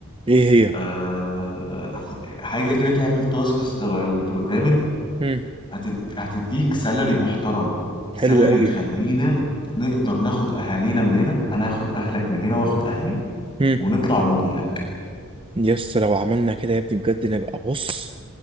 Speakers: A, on the right (about 25°); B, on the left (about 20°).
A: ايه هي
B: آه حاجه كده تعمل تاسكس تبع البروجرامينج
A: امم
B: هتد... هتديك سالري محترم سالري
A: حلو قوي
B: يخلينا نقدر ناخد اهالينا من هنا انا هاخد اهلك من هنا واخد اهلي
A: امم
B: ونطلع ونجيلك
A: يا اسطى لو عملنا كده يا ابني بجد نبقى بص